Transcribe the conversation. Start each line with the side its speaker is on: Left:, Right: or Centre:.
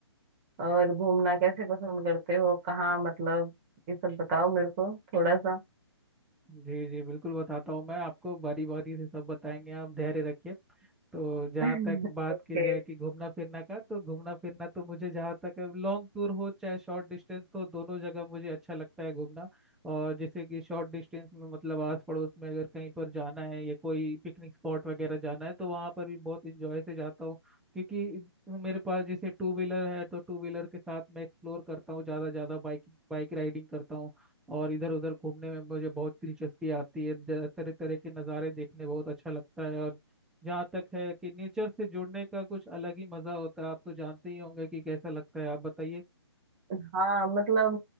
Right: और घूमना कैसे पसंद करते हो कहाँ मतलब ये सब बताओ मेरे को थोड़ा सा
Centre: जी जी बिल्कुल बताता हूँ मैं आपको बारी बारी से सब बताएंगे आप धैर्य रखिए तो जहाँ
Right: <laughs>
Centre: तक बात
Right: ओके
Centre: की जाए कि घूमना फिरना का तो घूमना फिरना तो मुझे जहाँ तक लॉन्ग टूर हो चाहे शॉर्ट डिस्टेंस हो दोनों जगह मुझे अच्छा लगता है घूमना और जैसे कि शॉर्ट डिस्टेंस में मतलब आस पड़ोस में अगर कहीं पर जाना है या कोई पिकनिक स्पॉट वगैरह जाना है तो वहाँ पर भी बहुत इंजॉय से जाता हूँ क्योंकि मेरे पास जैसे टू व्हीलर है तो टू व्हीलर के साथ मैं एक्सप्लोर करता हूँ ज़्यादा ज़्यादा बाइक बाइक राइडिंग करता हूँ और इधर उधर घूमने में मुझे बहुत दिलचस्पी आती है तरह तरह के नज़ारे देखने बहुत अच्छा लगता है और जहाँ तक है कि नेचर से जुड़ने का कुछ अलग ही मज़ा होता है आप तो जानते ही होंगे कि कैसा लगता है आप बताइए
Right: हाँ मतलब